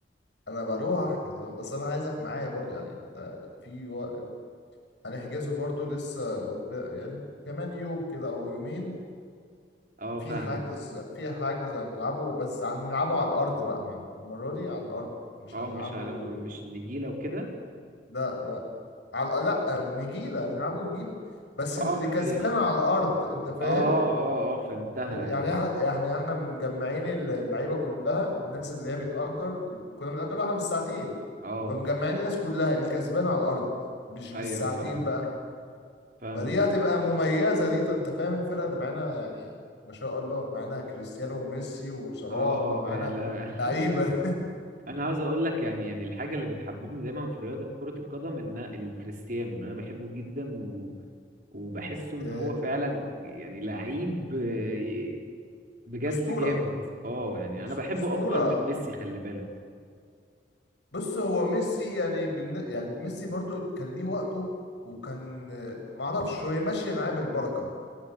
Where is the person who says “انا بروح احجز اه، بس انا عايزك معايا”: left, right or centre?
Left